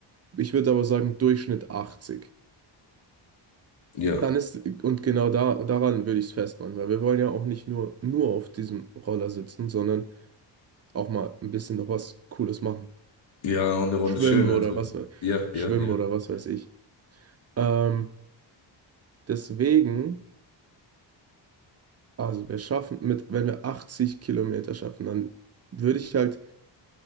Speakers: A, on the right; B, on the left.
A: Ich würde aber sagen, Durchschnitt 80.
B: ja.
A: Dann ist, und genau da, daran würde ich es festmachen, weil wir wollen ja auch nicht nur, nur auf diesem Roller sitzen, sondern auch mal ein bisschen noch was Cooles machen.
B: Ja, und eine Runde
A: Schwimmen
B: chillen halt
A: oder
B: irgendwie.
A: was, we-
B: Ja, ja,
A: schwimmen
B: ja.
A: oder was weiß ich. Ähm, deswegen, also wir schaffen mit, wenn wir 80 Kilometer schaffen, dann würde ich halt